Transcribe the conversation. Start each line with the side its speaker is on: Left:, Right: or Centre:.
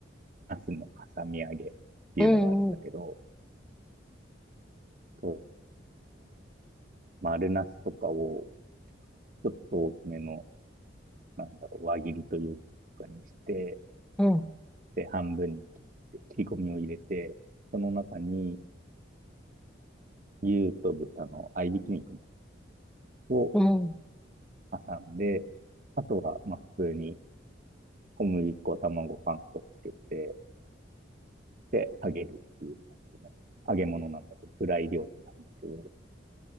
Right: ナスの挟み揚げっていうのがあるんだけど、
Centre: うん、うん、
Right: と、丸ナスとかをちょっと大きめの、なんだろう、輪切りというかにして、
Centre: うん、
Right: で、半分に切って、切り込みを入れて、その中に牛と豚の合いびき肉を
Centre: うん。
Right: 挟んで、あとは、まあ、普通に小麦粉、卵、パン粉つけて、で、揚げるっていう感じの揚げ物なんだけど、フライ料理なんだけど、